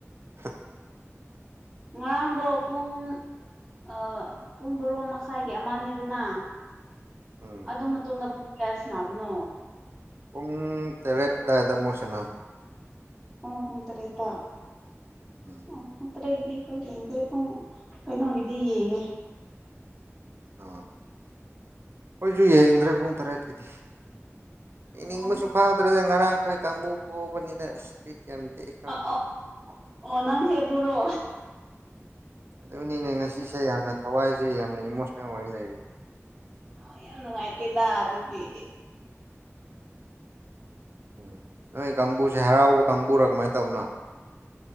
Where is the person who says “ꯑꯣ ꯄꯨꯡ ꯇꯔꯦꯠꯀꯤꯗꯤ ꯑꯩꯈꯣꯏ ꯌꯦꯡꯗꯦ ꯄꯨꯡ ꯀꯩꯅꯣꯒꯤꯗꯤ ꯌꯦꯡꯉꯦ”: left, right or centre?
Centre